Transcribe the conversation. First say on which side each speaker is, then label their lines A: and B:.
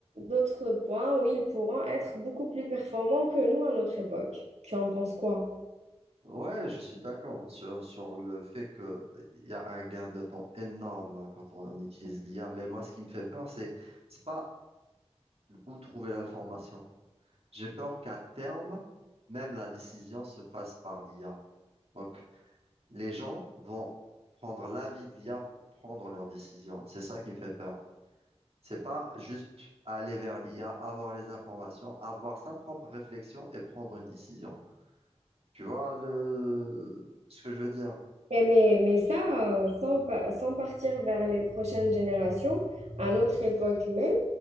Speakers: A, on the right; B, on the right.
A: d'autres points où ils pourront être beaucoup plus performants que nous à notre époque. Tu en penses quoi?
B: Ouais, je suis d'accord sur, sur le fait que il y a un gain de temps énorme quand on utilise l'IA, mais moi, ce qui me fait peur, c'est c'est pas où trouver l'information. J'ai peur qu'à terme, même la décision se fasse par l'IA. Donc, les gens vont prendre l'avis de l'IA pour prendre leurs décisions. C'est ça qui me fait peur. C'est pas juste aller vers l'IA, avoir les informations, avoir sa propre réflexion et prendre une décision. Tu vois le... ce que je veux dire?
A: Et mais, mais ça, euh, sans, pa- sans partir vers les prochaines générations, à notre époque même,